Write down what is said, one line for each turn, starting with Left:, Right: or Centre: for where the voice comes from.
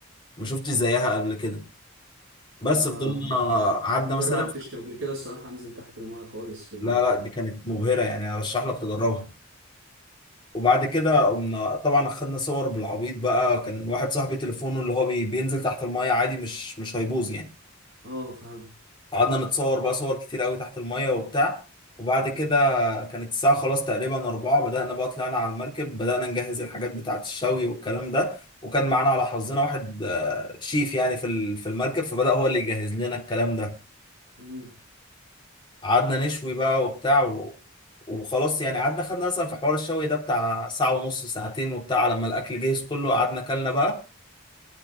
Left: ما شفتش زيها قبل كده بس
Right: انا
Left: فضلنا
Right: م-
Left: قعدنا
Right: ما
Left: مثلا
Right: جربتش قبل كده الصراحة انزل تحت المايه خالص بال
Left: لا لا دي كانت مبهره يعني ارشح لك تجربها وبعد
Right: مم.
Left: كده قمنا طبعا اخدنا صور بالعبيط بقى كان واحد صاحبي تليفونه اللي هو بي- بينزل تحت المايه عادي مش مش هيبوظ يعني
Right: اه فهمت
Left: قعدنا نتصور بقى صور كتير قوي تحت المايه وبتاع وبعد
Right: مم.
Left: كده كانت الساعة خلاص تقريبا أربعة بدأنا بقى طلعنا على المركب بدأنا نجهز الحاجات بتاعة الشوي والكلام ده وكان معانا على حظنا واحد آه، شيف يعني في ال- في المركب فبدأ هو اللي يجهز لنا الكلام ده
Right: مم.
Left: قعدنا نشوي بقى وبتاع و... وخلاص يعني قعدنا خدنا مثلا في حوار الشوي ده بتاع ساعة ونص ساعتين وبتاع لما الأكل جهز كله قعدنا كلنا بقى